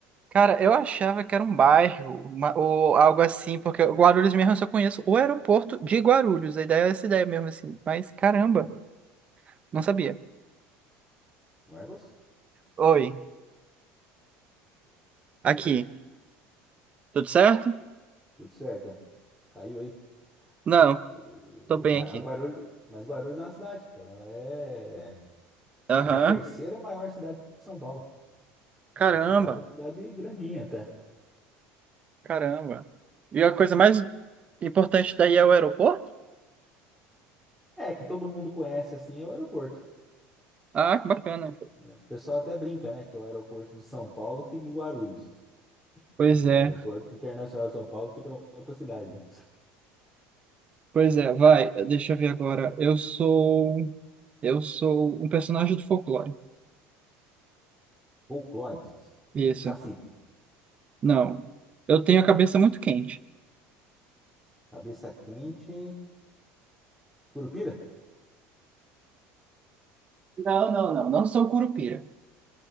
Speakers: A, on the right; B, in the centre.
A: Cara, eu achava que era um bairro, uma- ou algo assim, porque Guarulhos mesmo eu só conheço o aeroporto de Guarulhos. A ideia é essa ideia mesmo assim. Mas caramba, não sabia.
B: <laughs> Marcos,
A: Oi. Aqui. Tudo certo?
B: tudo certo. Caiu aí.
A: Não,
B: O,
A: tô bem
B: ma-
A: aqui.
B: Guarulhos, mas Guarulhos é uma cidade, cara. Ela é,
A: Aham.
B: é a terceira maior cidade de São Paulo.
A: Caramba,
B: Uma cidade, uma cidade grandinha até.
A: caramba. E a coisa mais importante daí é o aeroporto?
B: É, que todo mundo conhece assim, é o aeroporto.
A: Ah, que bacana.
B: É, O pessoal até brinca, né, que é o aeroporto de São Paulo fica em Guarulhos.
A: Pois
B: O
A: é,
B: aeroporto internacional de São Paulo fica em outra cidade.
A: pois é, vai, deixa eu ver agora. Eu sou. Eu sou um personagem de folclore.
B: Clone,
A: Isso.
B: Saci,
A: Não. Eu tenho a cabeça muito quente.
B: cabeça quente, Curupira.
A: Não, não, não. Não sou curupira.